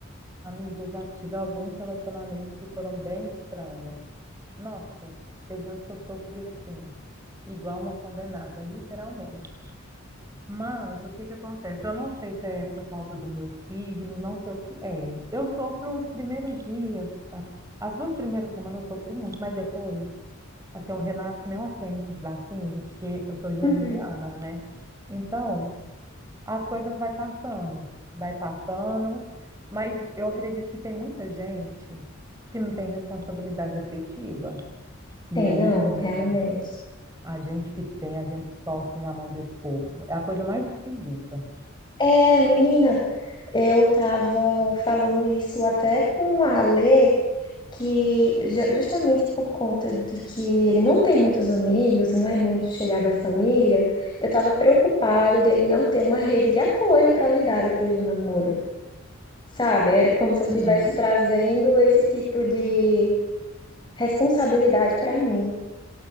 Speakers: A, on the right; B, on the left.
A: Amiga, eu já tive alguns relacionamentos que foram bem estranhos. Nossa, teve uns que eu sofri assim, igual uma condenada, literalmente. Mas o que que acontece? Eu não sei se é por causa do meu signo, não sei o que é. Eu sofro os primeiros dias, a- as duas primeiras semanas eu sofro muito, mas depois Assim, eu renasço que nem uma fênix da cinza, porque eu sou geminiana,
B: Uhum.
A: né? Então, as coisas vai passando, vai passando, mas eu acredito que tem muita gente que não tem responsabilidade afetiva. E
B: Tem,
A: aí,
B: não,
A: menina,
B: realmente.
A: a gente que tem, a gente sofre na mão desse povo. É a coisa mais esquisita.
B: É, menina, Eu estava falando isso até com a Lê, que ju- justamente por conta de que ele não tem muitos amigos e não é muito chegado à família, eu estava preocupada de ele não ter uma rede de apoio para lidar depois do namoro, sabe? Era como se eu estivesse
A: Uhum.
B: trazendo esse tipo de responsabilidade para mim.